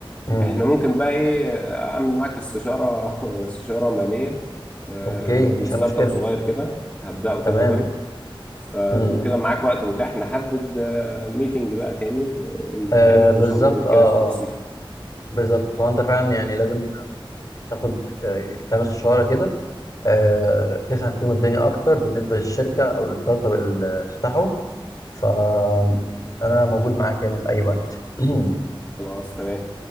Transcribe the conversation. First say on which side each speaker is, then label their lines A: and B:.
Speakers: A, on the left; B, on the left.
A: امم
B: احنا ممكن بقى ايه آه، اعمل معاك استشاره <laughs> استشاره ماليه آه،
A: اوكي مفيش
B: لستارت
A: اي مشكله
B: اب صغير كده هبداه كده
A: تمام
B: قريب فلو
A: امم امم.
B: كده معاك وقت متاح نحدد آه، ميتنج بقى تاني و- ونتقابل
A: آه بالظبط
B: وان شاء الله نتكلم
A: اه
B: في التفاصيل
A: اه بالظبط هو انت فعلا يعني لازم تاخد آه كام استشاره كده آه تفهم فيهم الدنيا اكتر بالنسبه للشركه او الستارت اب اللي تفتحه فانا موجود معاك يعني في اي وقت <clears throat>
B: خلاص تمام